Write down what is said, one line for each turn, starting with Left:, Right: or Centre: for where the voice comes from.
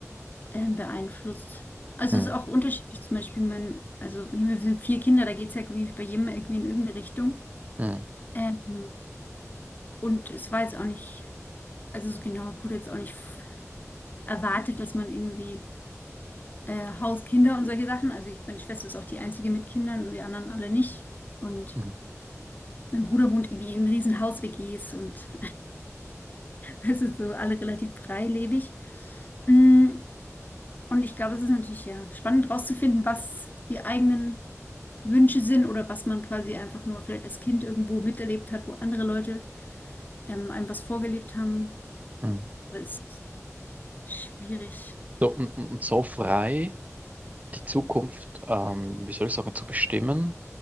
Left: ähm, beeinflusst. Also
Right: Mhm.
Left: es ist auch unterschiedlich, zum Beispiel mein, also wir sind vier Kinder, da geht es ja irgendwie bei jedem irgendwie in irgendeine Richtung.
Right: Mhm.
Left: Ähm, und es war jetzt auch nicht, also so genau, gut, jetzt auch nicht f- erwartet, dass man irgendwie äh, Haus, Kinder und solche Sachen, also ich, meine Schwester ist auch die einzige mit Kindern und wir anderen alle nicht. Und
Right: Mhm.
Left: Mein Bruder wohnt irgendwie in riesen Haus-WGs und <laughs> es ist so alle relativ freilebig. Mm, Und ich glaube, es ist natürlich ja spannend rauszufinden, was die eigenen Wünsche sind oder was man quasi einfach nur vielleicht als Kind irgendwo miterlebt hat, wo andere Leute ähm, einem was vorgelebt haben.
Right: Mhm.
Left: Aber es ist schwierig.
Right: So, und, und und so frei die Zukunft, ähm, wie soll ich sagen, zu bestimmen,